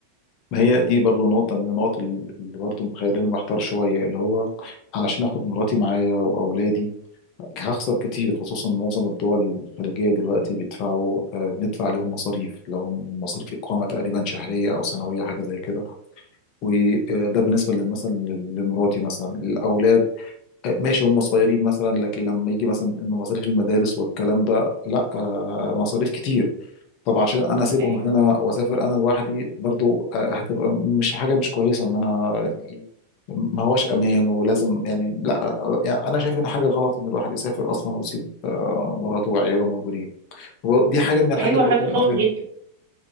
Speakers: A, on the left (about 40°); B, on the right (about 55°).
A: ما هي دي برضو نقطة من النقط ال- اللي برضو مخليني محتار شوية اللي هو علشان اخد مراتي معايا واولادي هخسر كتير خصوصا معظم الدول الخليجية دلوقتي بيدفعوا آه بندفع عليهم مصاريف لو مصاريف اقامة تقريبا شهرية او سنوية حاجة زي كده وده بالنسبه لل- مثلا لل- لمراتي مثلا الاولاد آه، ماشي هم صغيرين مثلا لكن لما يجي مثلا إن مصاريف المدارس والكلام ده لا آه، مصاريف كتير طب عشان انا اسيبهم
B: ايوه
A: هنا واسافر انا لوحدي برضو آه، هتبقى مش حاجه مش كويسه ان انا يعني ايه ما هوش امان ولازم يعني لا يعني انا شايف ان حاجه غلط ان الواحد يسافر اصلا ويسيب آه، مراته وعياله موجودين دي حاجه من الحاجات
B: ايوه
A: برضو
B: حاجة
A: اللي
B: غلط
A: مقاطعني.
B: جدا